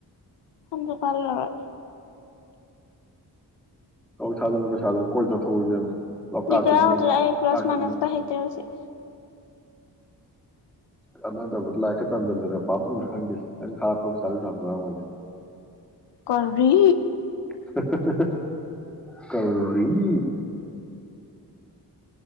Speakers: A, on the left; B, in the centre.
A: ꯈꯟꯁꯨ ꯈꯜꯂꯔꯣꯏ
B: ꯊꯕꯛ ꯊꯥꯖꯤꯟꯅꯕ ꯄꯩꯁꯥꯗꯨꯅ ꯀꯣꯏ ꯆꯠꯊꯣꯛꯑꯣ ꯏꯕꯦꯝꯃ ꯂꯣꯛꯇꯥꯛꯇ
A: <inaudible>
B: ꯏꯔꯣꯏ ꯂꯣꯛꯇꯥꯛꯇ
A: ꯑꯩ ꯄ꯭ꯂꯁ ꯃꯥꯏꯅꯁ ꯄꯨ ꯍꯩꯇꯦ ꯍꯧꯖꯤꯛ
B: ꯀꯅꯗꯕ ꯂꯥꯏꯀ ꯇꯝꯖꯤꯟꯗꯅ ꯄꯥꯝꯃꯨꯗꯔ ꯈꯪꯗꯦ ꯅꯪ ꯊꯥꯛꯄꯗ ꯄꯩꯁꯥꯅꯨꯡꯁꯥ ꯌꯥꯝ ꯆꯩꯉꯝꯒꯅꯤ
A: ꯀꯔꯤ
B: <inaudible> ꯀꯔꯤ